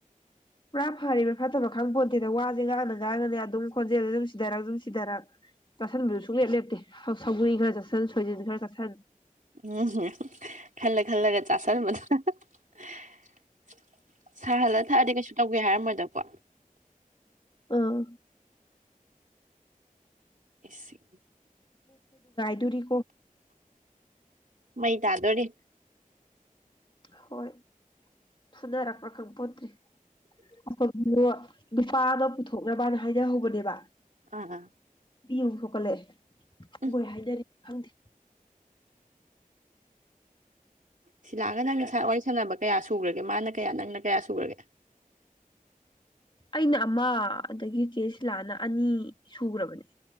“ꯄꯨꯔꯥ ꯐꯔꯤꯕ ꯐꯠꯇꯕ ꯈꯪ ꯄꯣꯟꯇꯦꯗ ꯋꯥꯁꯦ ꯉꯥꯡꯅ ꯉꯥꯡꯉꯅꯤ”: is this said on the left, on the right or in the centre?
Left